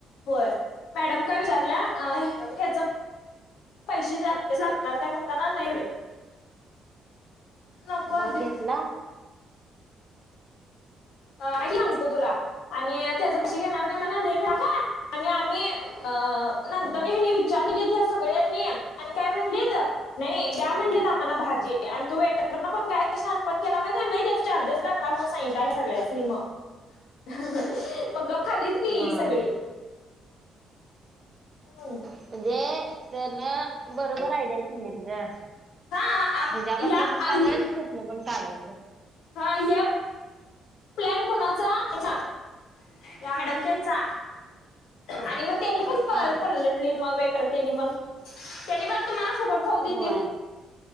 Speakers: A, on the left; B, on the right.
A: होय. मॅडम काय विचारल्या? ह्याच पैसे जास्त लागणार का? म्हणताना <unintelligible> नको असुदे
B: मग घेतला?
A: अ सांगतो तुला. आणि त्याच्यापशी घेणार का मणा, नाही माका. आणि आम्ही अ नंतरनि
B: हम्म
A: हेनी विच विचार केलेत या सगळ्यांनी. आणि काय म्हणलेत. नाही, द्या म्हणलेत
B: हम्म
A: आम्हाला भाजी. आणि तू वेटरन पण काही शानपण केला माहितय. नाही, त्याचे चार्जेस लागणार मनून सा सांगितल्या सगळ्यासनी मग. <unintelligible> मग गप खालीत की,
B: हा
A: सगळी. हं.
B: म्हणजे, तेनं बरोबर आयडिया केलीत गं.
A: हा आप-
B: हज्याकडनं
A: या
B: पण काढायचं
A: आम्ही
B: न <unintelligible> न पण काढायचं.
A: हा <unintelligible> प्लॅन कुणाचा? या मॅडम त्यांचा आणि मग त्यांनी पण पल्ल
B: हा
A: -पलटले वेटर त्यांनी पण. त्यांनी बर तुम्हाला फुकट खाऊ देतील.
B: होय